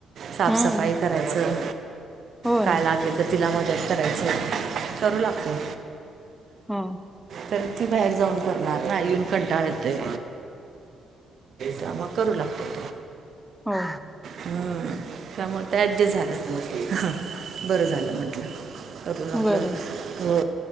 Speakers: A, on the right (about 60°); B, in the centre.
A: साफसफाई
B: हम्म
A: करायचं,
B: हो
A: काय
B: ना
A: लागेल तर तिला मदत करा करायचं, करू लागतोय,
B: हो
A: तर ती बाहेर जाऊन करणार बाहेरून येउन कंटाळ येतोय, त्यामुळं करू लागतो.
B: हो.
A: हम्म, त्यामुळे ते ऍडजस्ट झालं तर, बरं झालं म्हटलं. करून आपलं
B: बरं आहे.
A: हो